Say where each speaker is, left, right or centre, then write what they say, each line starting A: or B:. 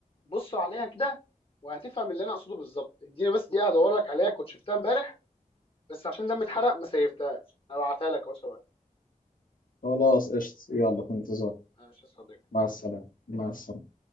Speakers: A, on the left (about 40°); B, on the left (about 80°).
A: بص عليها كده وهتفهم اللي انا اقصده بالظبط اديني بس دقيقة ادور لك عليها كنت شفتها امبارح بس عشان دمي اتحرق ما سيبتهاش هبعتها لك اهو ثواني
B: خلاص قشط يلا في انتظار
A: ماشي يا صديقي
B: مع السلامة مع السلامة